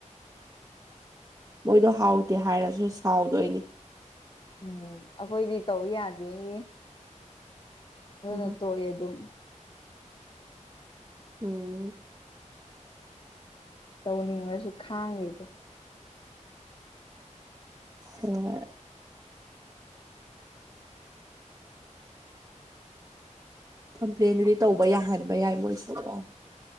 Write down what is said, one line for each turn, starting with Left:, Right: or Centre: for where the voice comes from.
Right: ꯃꯣꯏꯗꯣ ꯍꯥꯎꯇꯦ ꯍꯥꯏꯔꯁꯨ ꯁꯥꯎꯗꯣꯏꯅꯤ
Left: ꯎꯝ ꯑꯩꯈꯣꯏꯗꯤ ꯇꯧ ꯌꯥꯗꯦꯌꯦ ꯑꯗꯨꯅ
Right: ꯍꯩꯃꯥ
Left: ꯇꯣꯛꯑꯦ ꯑꯗꯨꯝ
Right: ꯎꯝ
Left: ꯇꯧꯅꯤꯡꯔꯁꯨ ꯈꯥꯡꯔꯤꯗꯣ
Right: ꯍꯣꯏ ꯀꯝꯄ꯭ꯂꯦꯟꯗꯨꯗꯤ ꯇꯧꯕ ꯌꯥꯍꯟꯕ ꯌꯥꯏ ꯃꯣꯏꯁꯨꯀꯣ